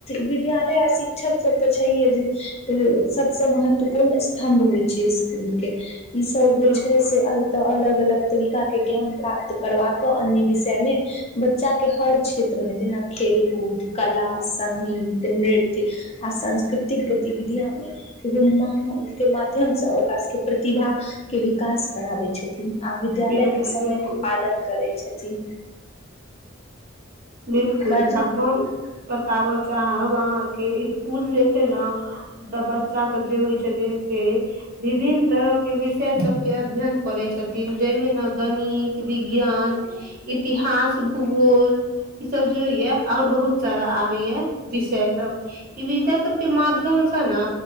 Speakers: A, on the left; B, on the right.
A: विद्यालय आ शिक्षक सब तऽ छैहे जे सबसँ महत्वपूर्ण स्तंभ होइ छै। ईस्कुल के ई सब जे
B: बिल्कुल
A: छै से अल तऽ अलग अलग तरीका के ज्ञान प्राप्त करबा कऽ अन्य विषय मे बच्चा‌ के हर क्षेत्रमे जेना खेलकूद कला संगगीत नृत्य आ सांस्कृतिक गतिविधिय मे एगो महाम के माध्यम से ओकशके प्रतिभा के विकास कराबै छथिन। आ विद्यालय
B: बिल्कुल
A: के समय
B: बिल्कुल
A: के पालन करै छथिन।
B: बिलकुल
A: बाजू
B: आब हम बताबय चाहब अहाँके इसकुल जे छै न तऽ बच्चा सब जे होइ छथिन से विभिन्न तरह के विषय सभ के अध्ययन करैत छथिन जाहि मे ने गणित विज्ञान इतिहास, भूगोल ई सब जे होइ या और बहुत सारा आबे या विषय सब ई विषय सबके माध्यम सँ न